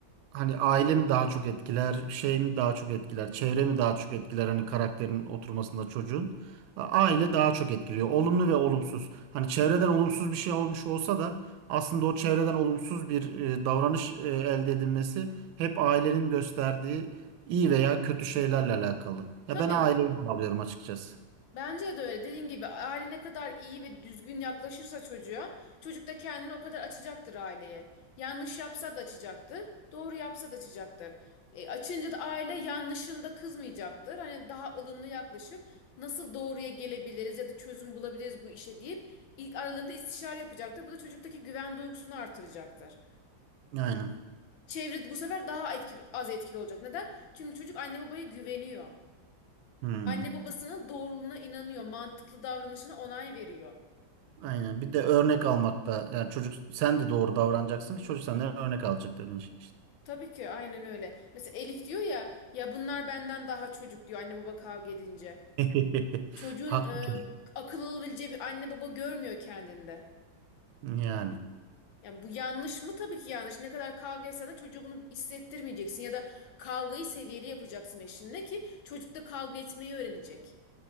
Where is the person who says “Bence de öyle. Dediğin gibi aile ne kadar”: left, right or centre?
Left